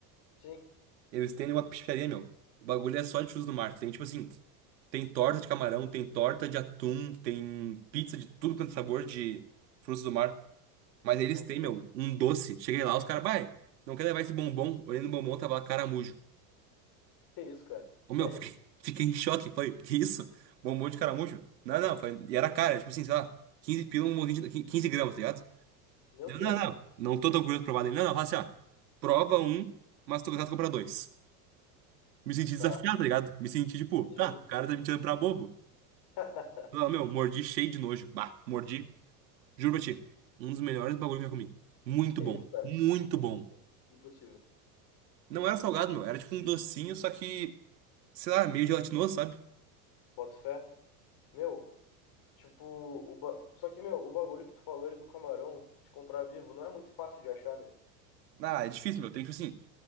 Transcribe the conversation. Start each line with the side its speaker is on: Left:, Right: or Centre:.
Left: Sim,
Right: Eles têm uma pizzaria, meu. O bagulho é só de frutos do mar. Tem tipo assim: tem torta de camarão, tem torta de atum, tem pizza de tudo quanto é sabor de frutos do mar. Mas
Left: sim.
Right: eles têm,
Left: Mas
Right: meu, um doce. Cheguei lá, os caras, vai, não quer levar esse bombom? Olhei no bombom, tava lá caramujo.
Left: que isso, cara?
Right: Ô,
Left: Sério?
Right: meu, <laughs> fiquei, fiquei em choque. Falei, que isso? Bombom de caramujo? Não, não, foi, e era cara, tipo assim, sei lá, 15 pila, um bombom de 15 gramas, tá ligado?
Left: Meu
Right: Eu,
Left: Deus,
Right: Não, não,
Left: cara.
Right: não tô tão curioso pra provar dele. Não, não, fala assim, ó. Prova um, mas tô gostado de comprar dois. Me senti desafiado,
Left: Tá,
Right: tá ligado? Me senti tipo,
Left: entendi,
Right: tá,
Left: entendi.
Right: o cara tá me tirando pra bobo.
Left: <laughs>
Right: Ah, meu, mordi cheio de nojo. Bah, mordi. Juro pra ti. Um dos melhores bagulho que eu já comi. Muito
Left: Que
Right: bom.
Left: isso, cara?
Right: Muito
Left: Impossível.
Right: bom.
Left: Impossível.
Right: Não era salgado, meu. Era tipo um docinho, só que, sei lá, meio gelatinoso, sabe?
Left: Bota fé. Meu, tipo, o ba... só que, meu, o bagulho que tu falou aí do camarão, de comprar vivo, não é muito fácil de achar, né?
Right: Ah, é difícil, meu. Tem que, tipo assim,